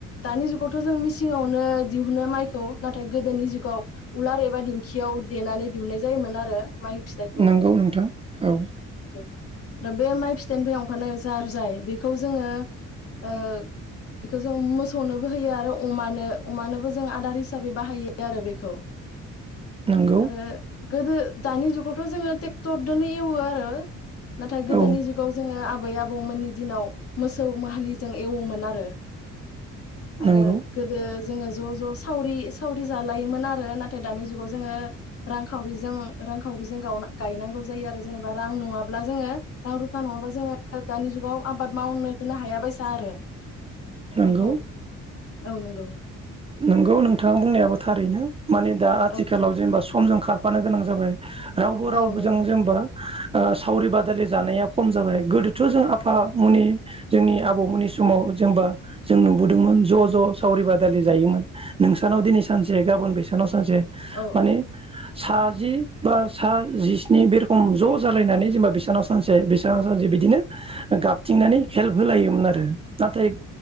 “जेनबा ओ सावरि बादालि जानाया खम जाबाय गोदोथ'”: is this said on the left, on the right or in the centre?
Right